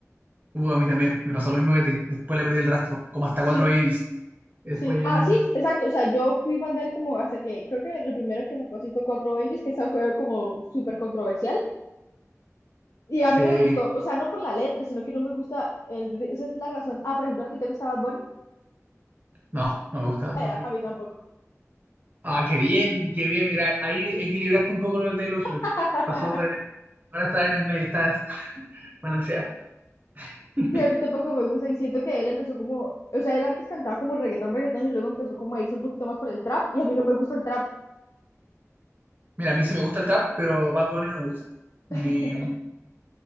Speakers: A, on the right; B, on the left.
A: Uh, a mí también, me pasó lo mismo que a ti. Después le perdí el rastro, como hasta cuatro
B: Sí,
A: babies. Y
B: sí.
A: después ya,
B: Ah, sí, exacto. O sea, yo fui fan de él como hasta que creo que lo primero que sacó así fue Cuatro Babies, que esa fue como súper controversial. Y a mí
A: sí,
B: no me gustó. O sea, no por la letra, sino que no me gusta el... ri- Esa es la razón. Ah, por ejemplo, ¿a ti te gustaba Bad Bunny?
A: no, no me gusta Bad
B: Ay,
A: Bunny.
B: a a mí tampoco.
A: Ah, qué bien, qué bien, mira, ahí equilibraste un poco lo de Taylor Swift.
B: <laughs>
A: Pasó de, ahora estás en el medio, estás <laughs> balanceada. <laughs>
B: Sí, a mí tampoco me gusta y siento que él empezó como, o sea, él antes cantaba como reggaetón, reggaetón y luego empezó como a irse un poquito más por el trap y a mí no me gusta el trap.
A: Mira, a mí sí me gusta el trap, pero Bad Bunny no me gusta. Mi,
B: <laughs>